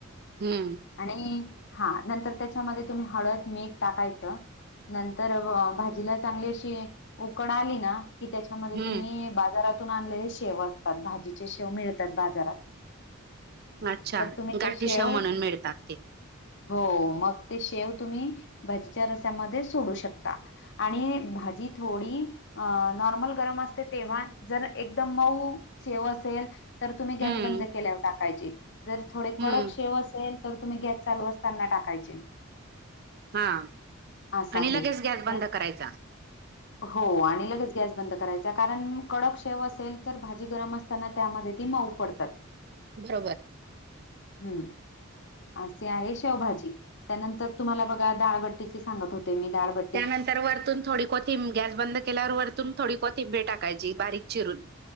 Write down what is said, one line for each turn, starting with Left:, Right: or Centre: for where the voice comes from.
Right: हम्म.
Left: आणि हा नंतर त्याच्यामध्ये तुम्ही हळद, मीठ टाकायचं. नंतर व भाजीला चांगली अशी उकड आली ना की त्याच्या च्यामध्ये
Right: हम्म
Left: तुम्ही बाजारातून आणलेले शेव असतात, भाजीचे शेव मिळतात बाजारात
Right: अच्छा!
Left: तर तुम्ही ते
Right: गाठीशेव
Left: शेव
Right: म्हणून मिळतात ते
Left: हो मग ते शेव तुम्ही भाजीच्या रसामध्ये सोडू शकता आणि भाजी थोडी अ नॉर्मल गरम असते तेव्हा जर एकदम मऊ शेव असेल तर तुम्ही गॅस
Right: हम्म
Left: बंद केल्यावर टाकायची, जर थोडे कडक
Right: हम्म
Left: शेव असेल तर तुम्ही गॅस चालू असताना टाकायचे.
Right: हा
Left: असं
Right: आणि
Left: आहे.
Right: लगेच गॅस बंद
Left: न-
Right: करायचा.
Left: हो आणि लगेच गॅस बंद करायचा कारण कडक शेव असेल तर भा जी गरम असताना त्यामध्ये ती मऊ पडतात.
Right: भरोबर
Left: हम्म. असी आहे शेवभाजी त्यानंतर तुम्हाला बघा दाळबट्टीची सांगत होते मी दाळबट्
Right: त्यानंतर वरतून थोडी कोथिंबर गॅस बंद केल्यावर वरतून थोडी कोथिंबीर टाकायची बारीक चिरून